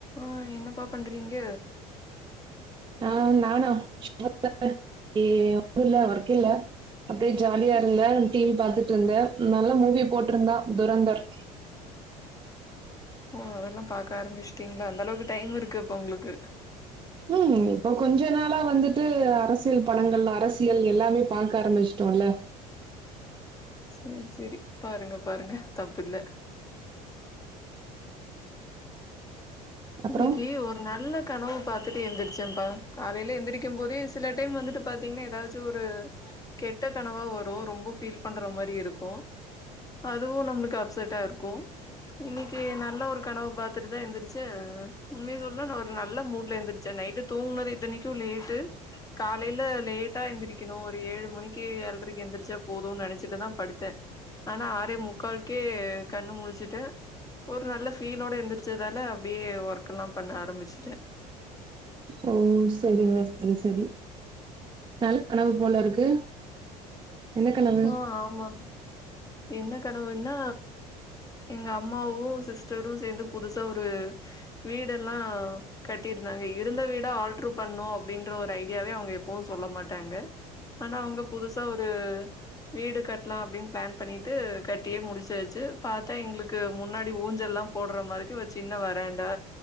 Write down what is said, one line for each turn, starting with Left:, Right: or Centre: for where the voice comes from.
Left: ஆஹ என்னப்பா பண்றீங்க
Right: ஆ நானா <unintelligible> இல்ல ஒர்க் இல்ல அப்டியே ஜாலியா இருந்தே டி வி பாத்துட்ருந்தே நல்ல மூவி போட்ருந்தா துரந்தர்
Left: ஓ அதெல்லா பாக்க ஆரம்பிச்சுட்டீங்களா அந்த அளவுக்கு டைம் இருக்கு அப்ப உங்களுக்கு
Right: உம் இப்போ கொஞ்ச நாளா வந்துட்டு அரசியல் படங்கள் அரசியல் எல்லாமே பாக்க ஆரம்பிச்சுட்டோம்ல்ல
Left: சரி சரி பாருங்க பாருங்க தப்புல
Right: அப்புறம்
Left: இன்னக்கி ஒரு நல்ல கனவு பாதுடு எந்திரச்சேப்பா காலையில எந்திரக்கும் போதே சில டைம் வந்துட்டு பாத்தீங்கன்னா ஏதாச்சும் ஒரு கெட்ட கனவா வரும் ரொம்ப பீல் பண்ற மாதிரி இருக்கும் அதுவும் நம்மளுக்கு அப்செட்ட இருக்கும் இன்னைக்கு நல்ல ஒரு கனவை பாத்துட்டு தான் எந்திரிச்ச த உண்மைய சொல் ஒரு நல்ல மூட்ல எந்திருச்சு நைட்டு தூங்குனது இதனைக்கும் லேட்டு காலையில லேட்டா எந்திரிக்கணும் ஒரு ஏழு மணிக்கு ஏழரைக்கு எழுந்திரிச்சா போதும்னு நினைச்சிட்டுதான் படுத்தேன் ஆனா ஆறே முக்காலக்கே கண்ணு முழுச்சுட்டேன் ஒரு நல்ல ஃபீலோட எந்திரிச்சதுனால அப்டியே ஒர்க் எல்லாம் பண்ண ஆரம்பிச்சுடேன்
Right: ஓ சரிங்க சரி சரி நல்ல கனவு போல இருக்கு என்ன கனவு
Left: ஆ ஆமா. என்ன கனவுன்னா எங்க அம்மாவும் சிஸ் சேந்து புதுசா ரு வீடெல்லாம் கட்டியிருந்தாங்க இருந்த வீட ஆல் ப்ரூப்பண்ணும் அப்டின்ற ஒரு ஐடியாவே அவங்க எப்வும் சொல்ல மாட்டாங்க ஆனா அவங்க புதுசா ஒரு வீடு கட்டலாம் அப்படின்னு பிளான் பண்ணிட்டு கட்டியே முடிச்சாச்சு பத்தா எங்களுக்கு முன்னாடி ஊஞ்சல் எல்லாம் போடுற மாதிரி ஒரு சின்ன வராண்டா